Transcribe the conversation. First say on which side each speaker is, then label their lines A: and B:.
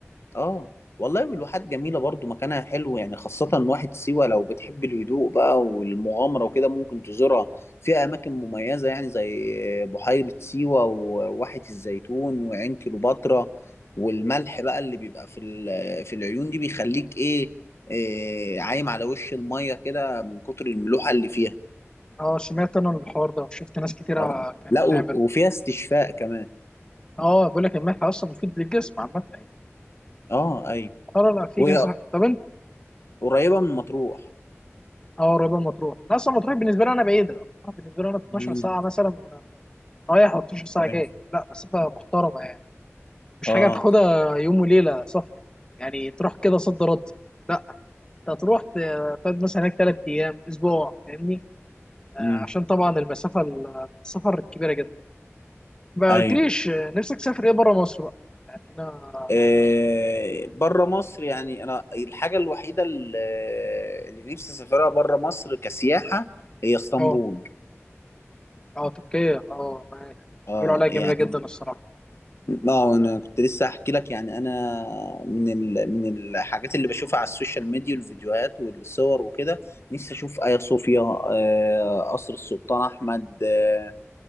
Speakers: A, on the left (about 60°); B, on the left (about 20°).
A: اه والله والواحات جميلة برضو مكانها حلو يعني خاصة واحد سيوة لو بتحب الهدوء بقى والمغامرة وكده ممكن تزورها فيها أماكن مميزة يعني زي بحيرة سيوة وواحة الزيتون وعين كليوباترا والملح بقى اللي بيبقى في ال- <hesitation> في العيون دي بيخليك إيه, إيه عايم على وش المية كده من كتر الملوحة اللي فيها
B: اه سمعت انا الحوار ده وشفت ناس كتيره
A: اه
B: كانت
A: لا
B: بتعمله
A: و- وفيها استشفاء كمان
B: اه بقول لك الملح اصلا مفيد للجسم عامه يعني
A: اه أيوة
B: اه لا في
A: وهي
B: كذا حاجة. طب انت
A: قريبة من مطروح
B: اه قريبه من مطروح أنا اصلا مطروح بالنسبه لي انا بعيده مطروح بالنسبه لي انا 12
A: امم
B: ساعه مثلا رايح و 12
A: أيوة.
B: ساعه جاي لا مسافه محترمه يعني مش
A: اه
B: حاجه تاخدها يوم وليله سفر يعني تروح كده صد رد لا انت هتروح ت- تقعد مثلا هناك ثلاث ايام اسبوع فاهمني آه،
A: مم.
B: عشان طبعا المسافه ال- السفر كبيره جدا ما
A: ايوه
B: قلتليش نفسك تسافر ايه بره مصر بقى يعني هنا
A: آه بره مصر يعني انا الحاجه الوحيده اللي اللي نفسي اسافرها بره مصر كسياحه هي اسطنبول
B: اه اه تركيا اه معاك
A: اه
B: بيقولوا عليها جميله
A: يعني
B: جدا الصراحه
A: اه انا كنت لسه احكي لك يعني انا من ال... من الحاجات اللي بشوفها على السوشيال ميديا والفيديوهات والصور وكده نفسي اشوف ايا صوفيا آه قصر السلطان احمد آه